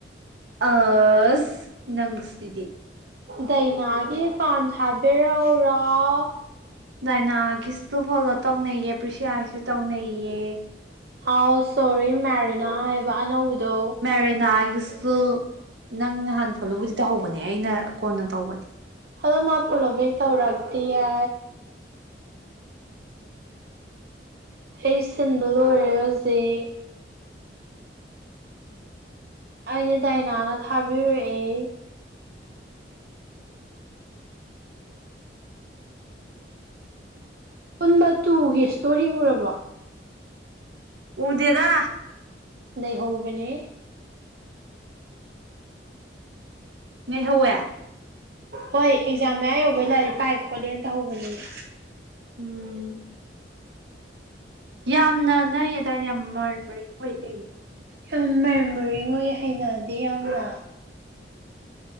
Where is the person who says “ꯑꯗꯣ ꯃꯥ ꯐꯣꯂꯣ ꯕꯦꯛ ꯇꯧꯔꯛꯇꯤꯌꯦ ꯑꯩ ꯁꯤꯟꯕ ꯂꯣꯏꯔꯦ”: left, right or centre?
Right